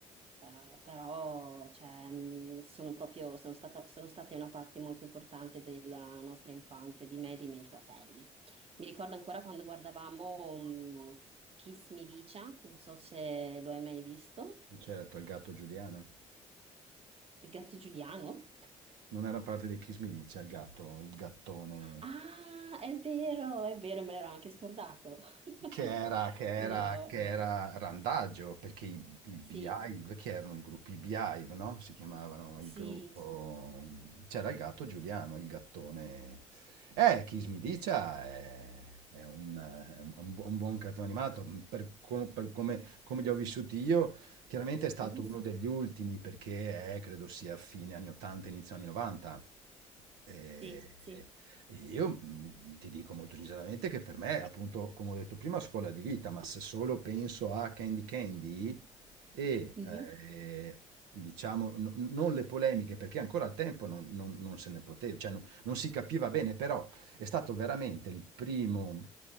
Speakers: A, on the right; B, on the right.
A: Uh, però cioè, mh, sono proprio, sono stata, sono state una parte molto importante della nostra infanzia, di me e dei miei fratelli. Mi ricordo ancora quando guardavamo mh, Kiss Me Licia, non so se lo hai mai visto,
B: Certo, il gatto Giuliano.
A: il gatto Giuliano.
B: Non era parte di Kiss Me Dice, il gatto, il gattone.
A: Ah, è vero, è vero, me l'ero anche scordato. <laughs>
B: Che era, che era,
A: No,
B: che era randaggio, perché i, i Beehive,
A: sì,
B: che erano il gruppo i Beehive, no? Si chiamavano
A: sì,
B: il gruppo... C'era il gatto Giuliano, il gattone... Eh, Kiss Me Dicia è, è un, è un bu- un buon cartone animato, per, com- per come, come li ho vissuti io, chiaramente è stato
A: Mhm,
B: uno degli ultimi, perché è, credo sia fine anni 80, inizio anni 90. E-
A: Sì, sì.
B: io, mhmm, ti dico molto sinceramente che per me, appunto, come ho detto prima, scuola di vita, ma se solo penso a Candy Candy e,
A: Mhm,
B: ehm, diciamo no non le polemiche, perché ancora al tempo non non non se ne pote cioè no non si capiva bene, però è stato veramente il primo,